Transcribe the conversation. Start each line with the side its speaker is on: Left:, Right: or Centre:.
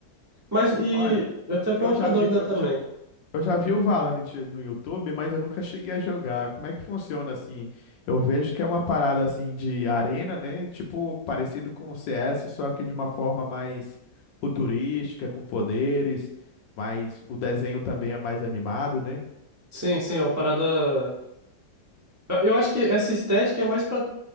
Right: Mas e
Left: Olha,
Right: eu tenho com
Left: eu
Right: outra
Left: já
Right: dúvida
Left: vi, eu
Right: também.
Left: já, Eu já vi o Valorant no YouTube, mas eu nunca cheguei a jogar. Como é que funciona assim? Eu vejo que é uma parada assim de arena, né? Tipo, parecido com o CS, só que de uma forma mais futurística, com poderes, mas o desenho também é mais animado, né?
Right: Sim, sim, é uma parada. Eu eu acho que essa estética é mais para